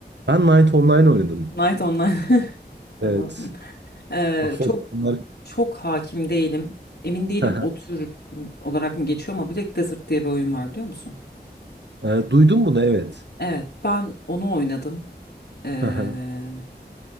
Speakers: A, on the right (about 90°); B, on the left (about 75°).
A: Ben Knight Online oynadım.
B: Night Online. <laughs> Tamam.
A: Evet.
B: Ee,
A: Ah,
B: çok
A: onlar-
B: çok hakim değilim. Emin değilim
A: <laughs>
B: o tür olarak mı geçiyor ama Black Desert diye bir oyun var biliyor musun?
A: E, Duydun bunu evet.
B: Evet, ben onu oynadım. Eee,
A: <laughs>